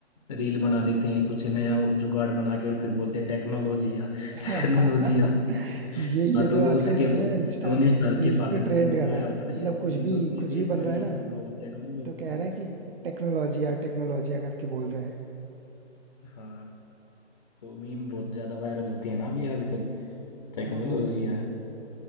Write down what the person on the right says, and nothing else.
<laughs>
ये ये
तो आजकल
मैंने इंस्टा
रील्स
पे ट्रेंड
कर रहा है
मतलब
कुछ
भी
कुछ भी
बन
रहा
है ना
तो कह
रहे हैं कि टेक्नोलॉजी या टेक्नोलॉजी करके बोल रहे हैं
हाँ हाँ